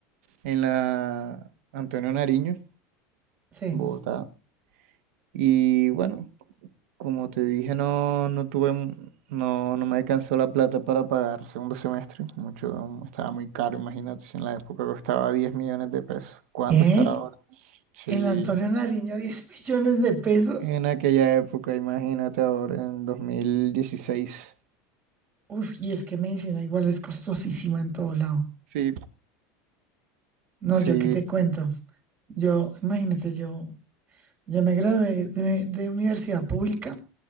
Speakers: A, on the right; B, on the right.
A: en la Antonio Nariño,
B: Sí.
A: Bogotá. Y bueno, como te dije, no, no tuve, mu- no, no me alcanzó la plata para pagar segundo semestre. Mucho, estaba muy caro, imagínate, si en la época costaba 10 millones de pesos. ¿Cuánto
B: ¿Qué?
A: estará ahora? Sí,
B: ¿En la Antonio Nariño 10 millones de pesos?
A: en aquella época, imagínate ahora, en 2016.
B: Uf, y es que medicina igual es costosísima en todo lado.
A: Sí,
B: No,
A: sí,
B: yo qué te cuento. Yo, imagínate, yo yo me gradué de, de universidad pública,